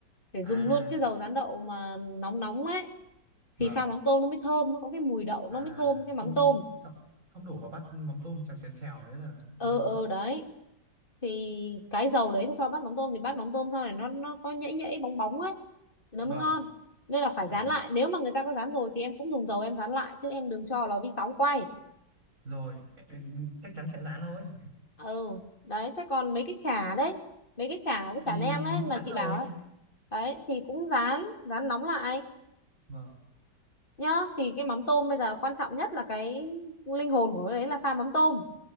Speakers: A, on the left; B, on the right.
A: phải
B: à
A: dùng luôn cái dầu rán đậu mà nóng nóng ấy
B: vâng
A: thì pha mắm tôm nó mới thơm nó có cái mùi đậu
B: à
A: nó mới thơm cái
B: xong
A: mắm tôm
B: xong xong đổ vào bát mắm tôm xèo xèo xèo đấy là
A: ừ
B: không
A: ừ đấy thì cái dầu đấy nó cho bát mắm tôm thì bát mắm tôm sau này nó nó có nhễ nhễ bóng bóng ấy thì nó mới
B: vâng
A: ngon nên là phải
B: à
A: rán lại nếu mà người ta có rán rồi thì em cũng dùng dầu em rán lại chứ em đừng cho vào lò vi sóng quay
B: rồi ẹ- ẹ, chắc chắn sẽ rán thôi
A: ừ đấy thế còn mấy cái chả đấy mấy cái chả với chả
B: thì
A: nem ấy
B: mua
A: mà
B: sẵn
A: chị
B: rồi
A: bảo ấy đấy thì cũng rán rán nóng lại
B: vâng
A: nhá thì cái mắm tôm bây giờ quan trọng nhất là cái linh hồn của cái đấy là pha mắm tôm